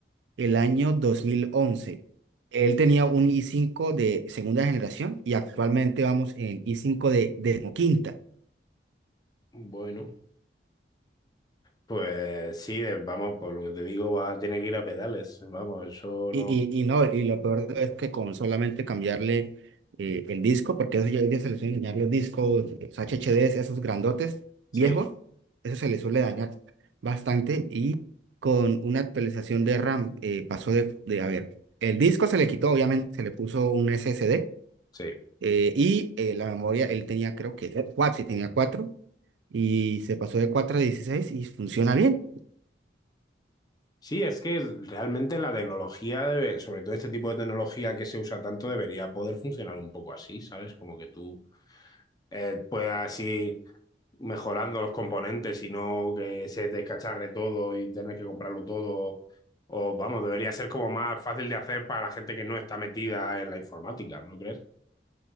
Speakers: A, on the right (about 80°); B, on the left (about 20°).
A: el año 2011. él tenía un i cinco de segunda generación y actualmente vamos en i cinco de, de quinta
B: Bueno, pues sí, de- vamos, por lo que te digo, va, tiene que ir a pedales. Vamos, eso
A: Y,
B: no.
A: y, y no, y lo peor es que con solamente cambiarle eh, el disco, porque eso ya ya se les suele dañar los discos, los HDDs, esos grandotes, viejos,
B: Sí,
A: eso se les suele dañar bastante. Y con una actualización de RAM eh, pasó de, de, a ver, el disco se le quitó, obviamente, se le puso un SSD
B: sí.
A: eh, y eh, la memoria, él tenía creo que eh, cuatro, sí tenía cuatro, y se pasó de 4 a 16 y funciona bien.
B: Sí, es que realmente la tecnología debe, sobre todo este tipo de tecnología que se usa tanto, debería poder funcionar un poco así, ¿sabes? Como que tú eh, puedas ir mejorando los componentes y no que se descacharre todo y tener que comprarlo todo. O vamos, debería ser como más fácil de hacer para la gente que no está metida en la informática, ¿no crees?